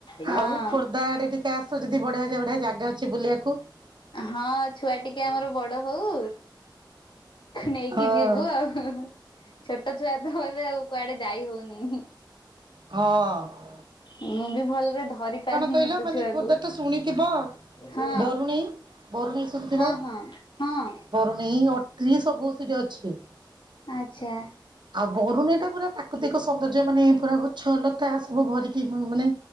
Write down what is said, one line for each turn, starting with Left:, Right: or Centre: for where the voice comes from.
Left: ହଁ
Right: ଆଉ ଖୋର୍ଦ୍ଧା ଆଡେ ଟିକେ କେ ଆସ ଯଦି ବଢିଆ ଯା ବଢିଆ ଜାଗା ଅଛି ବୁଲିବାକୁ।
Left: ହଁ ଛୁଆ ଟିକେ ଆମର ବଡ ହଉ ନେଇକି
Right: ହଁ
Left: ଯିବୁ ଆଉ ଛୋଟ ଛୁଆ ତ ଏବେ ଆଉ କୁଆଡେ ଯାଇ ହଉନି।
Right: ହଁ।
Left: ମୁଁ ବି ଭଲରେ ଧରି ପାରୁନି
Right: କହିଲ
Left: ତୋ
Right: ମାନେ
Left: ଛୁଆକୁ
Right: ଖୋର୍ଦ୍ଧା ତ ଶୁଣିଥିବ
Left: ହଁ।
Right: ବରୁଣେଇ ବରୁଣେଇ ଶୁଣିଥିବ
Left: ହଁ ହଁ ହଁ
Right: ବରୁଣେଇ ଅଟ୍ରି ସବୁ ସେଠି ଅଛି।
Left: ଆଚ୍ଛା।
Right: ଆଉ ବରୁଣେଇଟା ପୁରା ପାକୃତିକ ସୌନ୍ଦର୍ଯ୍ୟ ମାନେ ପୁରା ଗଛ, ଲତା ସବୁ ଭରିକି ମ ମାନେ